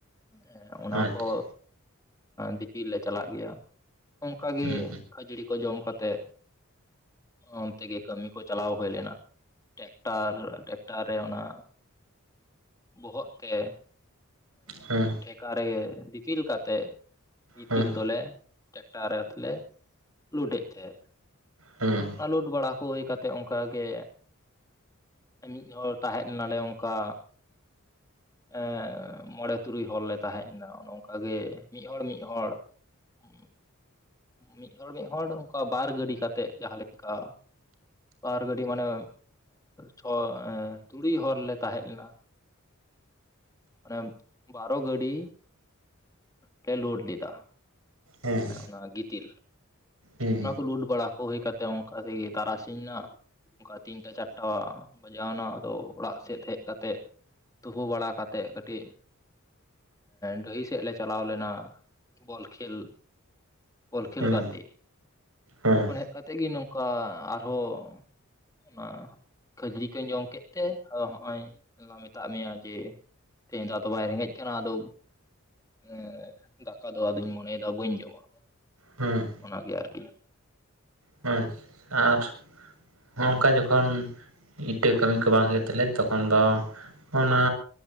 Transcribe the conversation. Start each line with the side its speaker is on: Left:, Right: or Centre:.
Left: ᱦᱮᱸ ᱚᱱᱟ
Right: ᱟᱪᱪᱷᱟ
Left: ᱠᱚ ᱫᱤᱯᱤᱞ ᱞᱮ ᱪᱟᱞᱟᱜ ᱜᱮᱭᱟ ᱚᱱᱠᱟᱜᱮ
Right: ᱦᱩᱸ
Left: ᱠᱷᱟᱹᱡᱟᱹᱲᱤ ᱠᱚ ᱡᱚᱢ ᱠᱟᱛᱮᱜ ᱚᱱᱛᱮ ᱜᱮ ᱠᱟᱹᱢᱤ ᱠᱚ ᱪᱟᱞᱟᱣ ᱦᱩᱭ ᱞᱮᱱᱟ ᱴᱮᱠᱴᱟᱨ ᱴᱮᱠᱴᱟᱨ ᱨᱮ ᱚᱱᱟ ᱵᱚᱦᱚᱜ ᱛᱮ
Right: ᱦᱩᱸ
Left: ᱴᱷᱮᱠᱟ ᱨᱮ ᱫᱤᱯᱤᱞ ᱠᱟᱛᱮᱫ ᱜᱤᱛᱤᱞ
Right: ᱦᱩᱸ
Left: ᱫᱚᱞᱮ ᱴᱮᱠᱴᱟᱨ ᱨᱮᱞᱮ ᱞᱳᱰ ᱮᱫ ᱛᱟᱦᱮᱸᱫ
Right: ᱦᱩᱸ
Left: ᱮ ᱞᱳᱴ ᱵᱟᱲᱟ ᱠᱚ ᱦᱩᱭ ᱠᱟᱛᱮᱜ ᱚᱱᱠᱟᱜᱮ ᱢᱤᱫ ᱦᱚᱲ ᱛᱟᱦᱮᱡ ᱞᱮᱱᱟ ᱞᱮ ᱚᱱᱠᱟ ᱮ ᱢᱚᱬᱮ ᱛᱩᱨᱩᱭ ᱦᱚᱲ ᱞᱮ ᱛᱟᱦᱮᱡ ᱞᱮᱱᱟ ᱚᱱᱮ ᱚᱱᱠᱟᱜ ᱜᱮ ᱢᱤᱫ ᱦᱚᱲ ᱢᱤᱫ ᱦᱚᱲ ᱩ ᱢᱤᱫᱦᱚᱲ ᱢᱤᱫᱦᱚᱲ ᱚᱱᱠᱟ ᱵᱟᱨ ᱜᱟᱹᱰᱤ ᱠᱟᱛᱮᱜ ᱡᱟᱦᱟᱸ ᱞᱮᱠᱟ ᱵᱟᱨ ᱜᱟᱹᱰᱤ ᱢᱟᱱᱮ ᱪᱷᱚ ᱛᱩᱲᱩᱭ ᱦᱚᱲᱞᱮ ᱛᱟᱦᱮᱸ ᱞᱮᱱᱟ ᱚᱱᱟ ᱢᱮ ᱵᱟᱨᱚ ᱜᱟᱹᱰᱤ ᱰᱤ ᱞᱳᱰ ᱞᱮᱫᱟ
Right: ᱦᱩᱸ
Left: ᱚᱱᱟ ᱜᱤᱛᱤᱞ
Right: ᱦᱩᱸ
Left: ᱚᱱᱟ ᱠᱚ ᱞᱩᱴ ᱵᱟᱲᱟ ᱠᱚ ᱦᱩᱭ ᱠᱟᱛᱮ ᱚᱱᱠᱟ ᱛᱮᱜᱮ ᱛᱟᱨᱟᱥᱤᱧ ᱱᱟ ᱚᱱᱠᱟ ᱛᱤᱱᱴᱟ ᱪᱟᱨᱴᱟ ᱵᱟᱡᱟᱣ ᱮᱱᱟ ᱟᱫᱚ ᱚᱲᱟᱜ ᱥᱮᱫ ᱦᱮᱡ ᱠᱟᱛᱮᱜ ᱛᱩᱯᱩ ᱵᱟᱲᱟ ᱠᱟᱛᱮᱫ ᱠᱟᱹᱴᱤᱡ ᱰᱟᱹᱦᱤ ᱥᱮᱫ ᱞᱮ ᱪᱟᱞᱟᱣ ᱞᱮᱱᱟ ᱵᱚᱞ ᱠᱷᱮᱞ ᱵᱚᱞ ᱠᱷᱮᱞ
Right: ᱦᱩᱸ
Left: ᱜᱟᱛᱮᱜ
Right: ᱦᱩᱸ
Left: ᱚᱸᱰᱮ ᱠᱷᱚᱱ ᱦᱮᱡ ᱠᱟᱛᱮᱫ ᱜᱮ ᱱᱚᱝᱠᱟ ᱟᱨᱦᱚᱸ ᱚᱱᱟ ᱠᱷᱟᱹᱡᱨᱤ ᱠᱚᱧ ᱡᱚᱢ ᱠᱮᱫ ᱛᱮ ᱟᱫᱚ ᱦᱚᱜ ᱚᱭ ᱢᱮᱛᱟᱫ ᱢᱮᱭᱟ ᱡᱮ ᱛᱮᱦᱮᱧ ᱫᱚ ᱟᱫᱚ ᱵᱟᱭ ᱨᱮᱸᱜᱮᱡ ᱠᱟᱱᱟ ᱟᱫᱚ ᱮ ᱫᱟᱠᱟ ᱫᱚ ᱟᱫᱚᱧ ᱢᱚᱱᱮᱭᱮᱫᱟ ᱵᱟᱹᱧ ᱡᱚᱢᱟ
Right: ᱦᱮᱸ
Left: ᱚᱱᱟᱜᱮ ᱟᱨᱠᱤ
Right: ᱦᱩ ᱟᱨ ᱦᱚᱸ ᱱᱚᱝᱠᱟ ᱡᱚᱠᱷᱚᱱ ᱤᱴᱟᱹ ᱠᱟᱹᱢᱤ ᱠᱚ ᱵᱟᱝ ᱦᱩᱭᱩᱜ ᱛᱟᱞᱮᱭᱟ ᱛᱚᱠᱷᱚᱱ ᱫᱚ ᱚᱱᱟ